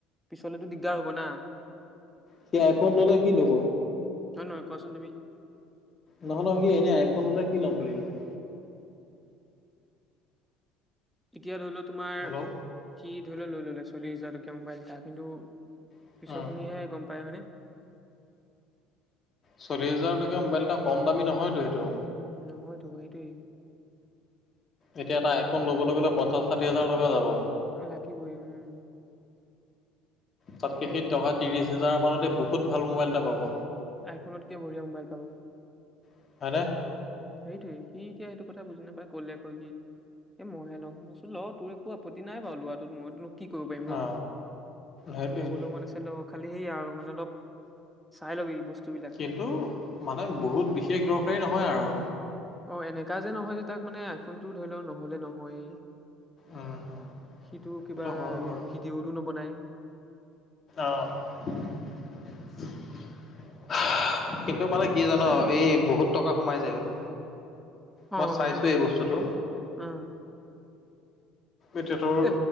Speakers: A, in the centre; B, on the left.
A: পিছলেতো দিগদাৰ হ'ব না
B: সেই আইফোন ললে কি ল'ব
A: হয় নহয় কোৱাচোন তুমি
B: নহলো সি এনেই আইফোন ওলাই কি ল'ম বুলি ভাবিছে
A: এতিয়া ধৰিলও তোমাৰ
B: হেল্ল'
A: সি ধৰিলও লৈ ললে চল্লিশ হাজাৰ টকীয়া মোবাইল এটা কিন্তু
B: উম
A: পিছৰ খিনিহে গম পায় হয়নে।
B: চল্লিছ হাজাৰ টকীয়া মোবাইল এটা কম দামী নহয়তো সেইটো
A: <inaudible> নহয়তো, সেইটোৱেই।
B: এতিয়া এটা আইফোন ল'বলৈ গ'লে পঞ্চাছ ষাঠি হাজাৰ টকা যাব
A: <inaudible> লাগিবই, উম,
B: তাতকে
A: এতিয়া
B: সেই
A: সি
B: টকা ত্ৰিশ হোজাৰ মানতে বহুত ভাল মোবাইল এটা পাব।
A: আইফোনতকে বঢ়িয়া মোবাইল পাব
B: হয়নে
A: সেইটোৱে সি এতিয়া এইটো। কথা বুজি নাপাই ক'লে কয় কি, এ মইহে ল'ম মইচোন ল তোৰ একো আপতি নাই বাৰু লোৱাটোত মইম কি কৰিব পাৰিম ন,
B: অ সেইটোৱে
A: ত লগলৈ
B: সেইটোৱে
A: মন আছিল খালি সেই আৰু মানে অলপ। চাই ল'বি বস্তুবিলাক
B: কিন্তু মানে বহুত বিশেষ দৰকাৰী নহয় আৰু।
A: অ, এনেকা যে নহয় যে তাক মানে আইফোনটো ধৰি লও নহলে নহয়েই।
B: উম উম
A: সিটো কিবা,
B: সেইটো হয় বাৰু।
A: ভিডিঅ'তো ন'বনাই।
B: অ'। <unintelligible> জান এই বহুত টকা সোমাই যায় অ', মই
A: অ,
B: চাইছো
A: সেইটো হয়।
B: এই বস্তুটো।
A: উম,
B: এতিয়া তৰ
A: এ